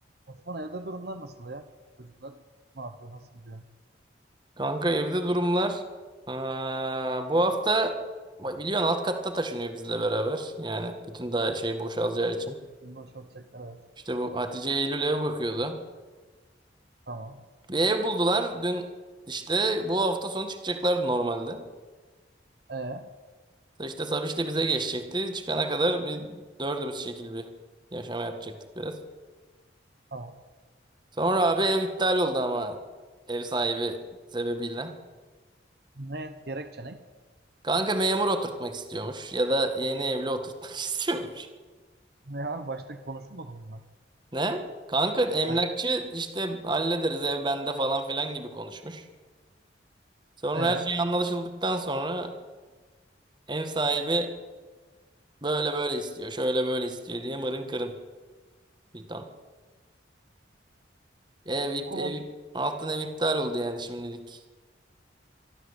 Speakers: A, on the right; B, on the right.
A: Osman evde durumlar nasıl ya? Çocuklar ne yapıyor? Nasıl gidiyor?
B: Kanka evde durumlar. Aa, bu hafta biliyorsun alt katta taşınıyor bizle beraber. Yani bütün daha şey boşalacağı için.
A: Bunu boşaltacaklar evet.
B: İşte bu Hatice Eylül ev bakıyordu.
A: Tamam.
B: Bir ev buldular. Dün işte bu hafta sonu çıkacaklardı normalde.
A: Ee,
B: Da İşte Sabiş de bize geçecekti. Çıkana kadar bir dördümüz şekil bir yaşama yapacaktık biraz.
A: tamam.
B: Sonra abi ev iptal oldu ama ev sahibi sebebiyle.
A: Ne gerekçe ne?
B: Kanka memur oturtmak istiyormuş ya da yeni evli oturtmak <laughs> istiyormuş.
A: Ne abi başta konuşulmadı bunlar.
B: Ne? Kanka emlakçı
A: Baş...
B: işte hallederiz ev bende falan filan gibi konuşmuş. Sonra
A: Ee, ee.
B: her şey anlaşıldıktan sonra ev sahibi böyle böyle istiyor, şöyle böyle istiyor diye mırın kırın bir ton. Ev, ip,
A: Oğlum
B: ev, ip-
A: on,
B: altın ev iptal oldu yani şimdilik.